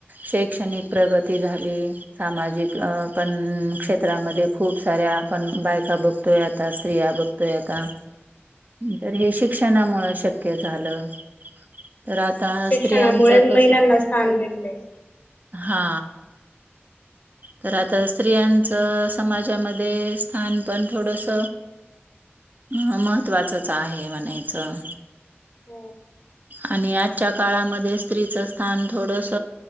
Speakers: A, on the right; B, on the left.
A: शैक्षणिक प्रगती झाली. सामाजिक अ पण क्षेत्रामध्ये खूप साऱ्या आपण बायका बघतोय, आता स्त्रिया बघ तोय आता तर हे शिक्षणामुळे शक्य झालं. तर आता
B: शिक्षणामुळे
A: स्त्रियांच कसं.
B: महिलांना स्थान भेटलय.
A: हा! तर आता स्त्रियांचं समाजामध्ये स्थान पण थोडंस म महत्त्वाचच आहे म्हनायचं.
B: हो!
A: आणि आजच्या काळामध्ये स्त्रीचं स्थान थोडस